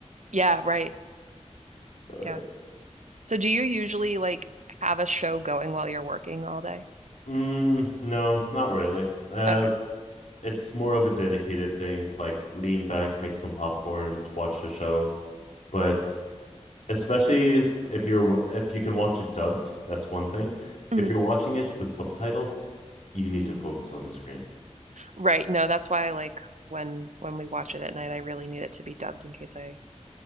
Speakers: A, on the right; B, on the left.
A: Yeah, right.
B: But
A: Yeah. So do you usually like have a show going while you're working all day?
B: mm, no, not really. As
A: Okay.
B: It's more of a dedicated thing, like lean back, make some popcorn, watch the show. But especially if you're if you can watch it dubbed, that's one thing.
A: hmm
B: If you're watching it with subtitles, you need to focus on the screen.
A: Right. No, that's why I like when when we watch it at night, I really need it to be dubbed in case I